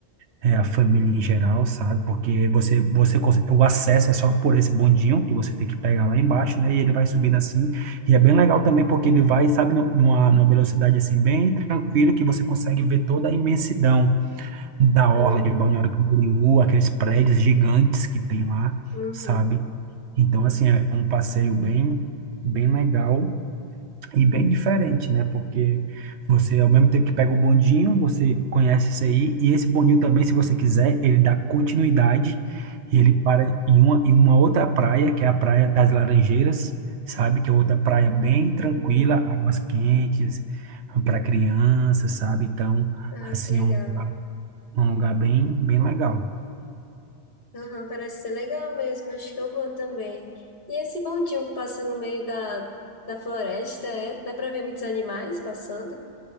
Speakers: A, on the right; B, on the left.
A: é, a família em geral, sabe? Porque você, você, cons- o acesso é só por esse bondinho que você tem que pegar lá embaixo, né? E ele vai subindo assim. E é bem legal também porque ele vai, sabe, nu- numa, numa velocidade assim bem tranquilo que você consegue ver toda a imensidão da orla
B: Ah,
A: de Balneário Camboriú, aqueles prédios gigantes que tem lá,
B: uhum,
A: sabe? Então, assim, é um passeio bem, bem legal e bem diferente, né? Porque você, ao mesmo tempo que pega o bondinho, você conhece isso aí, e esse bondinho também, se você quiser, ele dá continuidade e ele para em uma, em uma outra praia, que é a Praia das Laranjeiras, sabe? Que é outra praia bem tranquila,
B: hum.
A: águas quentes, para criança, sabe? Então,
B: Ah,
A: assim,
B: que legal.
A: é um, lugar- um lugar bem, bem legal.
B: Aham, parece ser legal mesmo, acho que eu vou também. E esse bondinho que passa no meio da, da floresta, é? Dá pra ver muitos animais passando?